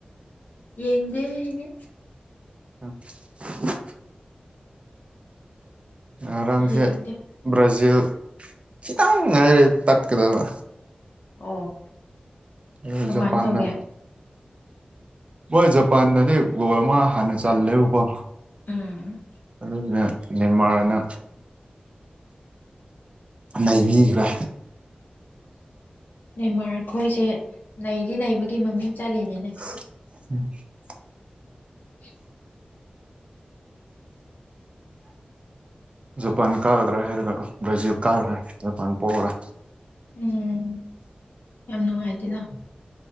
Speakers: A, on the left (about 70°); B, on the right (about 40°).
A: ꯌꯦꯡꯗꯦ ꯍꯦ ꯑꯩꯗꯤ
B: <unintelligible> ꯉꯔꯥꯡꯁꯦ
A: ꯌꯦꯡꯗꯦ
B: ꯕ꯭ꯔꯥꯖꯤꯜ ꯈꯤꯇꯪ ꯉꯥꯏꯔꯦ ꯇꯠꯀꯗꯕ
A: ꯑꯣ
B: <unintelligible>
A: ꯀꯃꯥꯏꯅ
B: ꯖꯄꯟꯅ
A: ꯇꯧꯒꯦ
B: ꯃꯣꯏ ꯖꯄꯥꯟꯗꯗꯤ ꯒꯣꯜ ꯑꯃ ꯍꯥꯟꯅ ꯆꯜꯂꯦꯕꯀꯣ
A: ꯎꯝ
B: ꯑꯗꯨꯅ ꯅꯦꯃꯥꯔꯅ ꯅꯩꯕꯤꯒ꯭ꯔꯦ
A: ꯅꯦꯃꯔ ꯈꯣꯏꯁꯦ ꯅꯩꯗꯤ ꯅꯩꯕꯒꯤ ꯃꯃꯤꯡ ꯆꯠꯂꯤꯅꯦ
B: <inaudible>
A: <inaudible>
B: ꯖꯄꯥꯟ ꯀꯥꯒꯗ꯭ꯔꯥ ꯍꯥꯏꯔꯒ ꯕ꯭ꯔꯥꯖꯤꯜ ꯀꯥꯒ꯭ꯔꯦ ꯖꯄꯥꯟ ꯄꯣꯔꯦ
A: ꯎꯝ ꯌꯥꯝ ꯅꯨꯡꯉꯥꯏꯇꯦꯗ